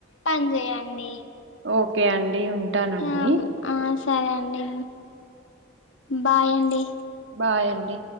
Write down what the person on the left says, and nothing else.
పని చేయండి
ఆ ఆ సరే అండి బాయ్ అండి